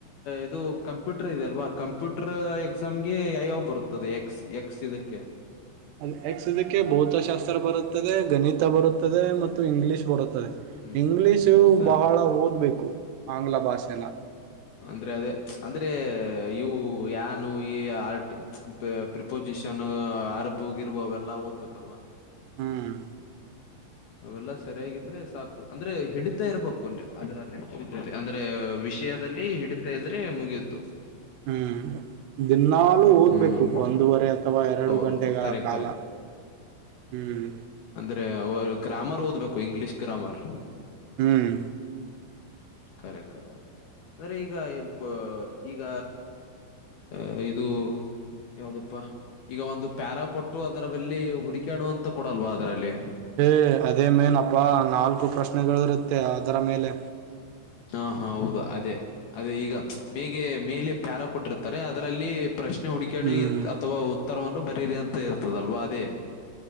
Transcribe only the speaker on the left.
ಇದು ಕಂಪ್ಯೂಟರ್ ಇದೆ ಅಲ್ವಾ ಕಂಪ್ಯೂಟರ್ ಎ- ನಮ್ಗೆ ಯಯಾವ್ ಬರುತ್ತದೆ- ಎಕ್ಸ್ ಎಕ್ಸ್ ಇದಕ್ಕೆ-
ಹ್ಮ್
ಎಸ್
ಅ ಅದೇ ಅಂದ್ರೆ ಇವು ನುು ಈ ಆರ್ ಪ್ರಿಪೋಸಿಷನ್ ಆರ್ಬಗ ಇರ್ಬು ಅವೆಲ್ಲಾ ಓದ್ಬೇಕಲ್ವಾ.
ಅವೆಲ್ಲಾ ಸರಿಯಾಗಿದ್ರೆ ಸಾಕು ಅಂದ್ರೆ. ಹಿಡಿತಾ ಇರ್ಬೇಕು ಅನ್ರಿ ಅದರಲ್ಲಿೇ. ಅಂದ್ರೆ ವಿಷಯದಲ್ಲಿ ಹಿಡಿತಾ ಇದ್ರೆ ಮುಗಿಯತು.
ಹ್ಮ್
ಹೌದೌದು
ಕರೆ
ಕರೆ
ಅವ <unintelligible> ಗ್ರಾಮರ್ ಓದಬೇಕು ಇಂಗ್ಲೀಷ್ ಗ್ರಾಮರ್.
ಖರೆಖರೆ ಅ ಅಂದ್ರೆ ಈಗ ಏನ್ ಈಗ ಅ ಇದು ಯಾವ್ದಪ್ಪ ಈಗ ಒಂದು ಪ್ಯಾರಾ ಕೊಟ್ಟ. ಅದರ ಬಲ್ಲಿ ಹುಡಕಾಡುವಂತ ಕೊಡಲ್ವಾ ಅದರಲ್ಲಿ.
ಹಾ ಹಾ ಹೌದು ಅದೇ ಅದೇ ಈಗ. ಮೇಗೆ ಮೇಲೆ ಪ್ಯಾರ ಕೊಟ್ಟಿರ್ತಾರೆ ಅದರಲ್ಲಿ. ಪ್ರಶ್ನೆ ಹುಡಿಕಾಡಿ
ಅಥವಾ ಉತ್ತರವನ್ನು ಬರಿ. ಕ್ಟೀರಿಯಾ ಅಂತ ಇರ್ತದಲ್ವಾ ಅದೇ.